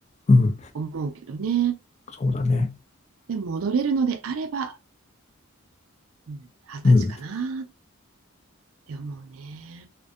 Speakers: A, on the left; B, on the right.
A: うん。
B: 思うけどね。
A: そうだね。
B: でも戻れるのであれば、うん、二十歳かなっ
A: うん。
B: て思うね。